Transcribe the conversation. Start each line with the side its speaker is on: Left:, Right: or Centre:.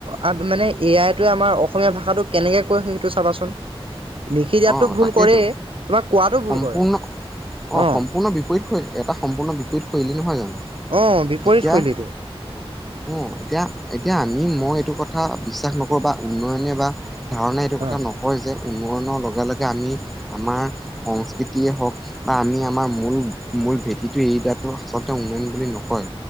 Right: অ' মানে এ আইটোৱে আমাৰ অসমীয়া ভাষাটো কেনেকৈ কয় সেইটো চাবাচোন। লিখি দিয়াতটো
Centre: অ
Right: ভূল
Centre: তাকেইতো
Right: কৰেই তোমাৰ কোৱাটো ভূল
Centre: সম্পূৰ্ণ
Right: কৰে।
Centre: অ',
Right: অঁ
Centre: সম্পূৰ্ণ বিপৰীত শৈলী, এটা সম্পূৰ্ণ বিপৰীত শৈলী নহয় জানো?
Right: অঁ বিপৰীত
Centre: এতিয়া
Right: শৈলীটো
Centre: উম, এতিয়া এতিয়া আমি মই এইটো কথা বিশ্বাস নকৰোঁ, বা উন্নয়নে বা ধাৰণায়ে এইটো কথা
Right: অঁ
Centre: নকয় যে উন্নয়নৰ লগে লগে আমি আমাৰ সংস্কৃতি যিয়ে হওঁক বা আমি আমাৰ মূল মূল ভেঁটিটো এৰি দিয়াটো আচলতে উন্নয়ন বুলি নকয়।